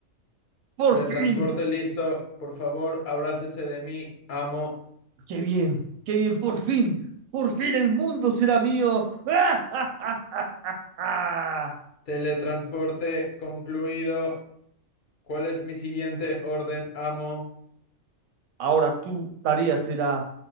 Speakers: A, on the right; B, on the left.
A: ¡Por
B: teletransporte
A: fin!
B: listo, por favor, abrácese de mí, amo,
A: ¡Qué bien! ¡Qué bien! ¡Por fin! ¡Por fin el mundo será mío! <laughs> ¡Ah, ah, ah, ah, ah, ah!
B: teletransporte concluido, ¿cuál es mi siguiente orden, amo?
A: Ahora tu tarea será